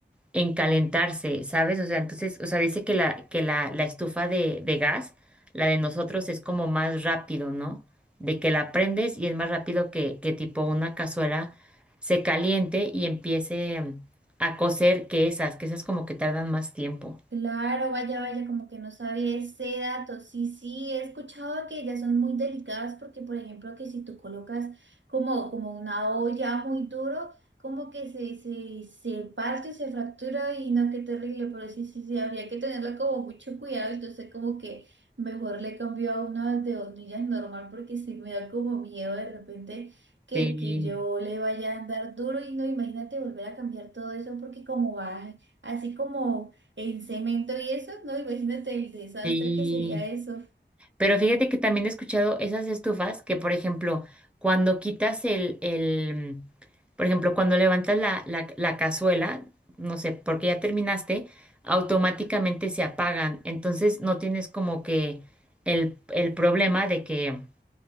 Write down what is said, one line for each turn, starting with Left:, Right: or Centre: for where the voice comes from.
Centre: en calentarse, ¿sabes? O sea, entonces, o sea, dice que la, que la, la estufa de, de gas, la de nosotros es como más rápido, ¿no? De que la prendes y es más rápido que, que tipo una cazuela se caliente y empiece mm, a cocer que esas, que esas como que tardan más tiempo.
Right: Claro, vaya, vaya, como que no sabía ese dato. Sí, sí, he escuchado que ellas son muy delicadas porque, por ejemplo, que si tú colocas como, como una olla muy duro, como que se, se, se parte, se fractura y no, qué terrible, pero sí, sí, sí, habría que tenerlo como mucho cuidado. Entonces, como que mejor le cambio a una de hornillas normal porque sí me da como miedo de repente que,
Centre: Sí,
Right: que yo le vaya a andar duro y no, imagínate volver a cambiar todo eso porque como va así como... En cemento y eso, no, imagínate el desastre
Centre: sí.
Right: que sería eso.
Centre: Pero fíjate que también he escuchado esas estufas que, por ejemplo, cuando quitas el, el, por ejemplo, cuando levantas la, la, la cazuela, no sé, porque ya terminaste, automáticamente se apagan. Entonces no tienes como que el, el problema de que,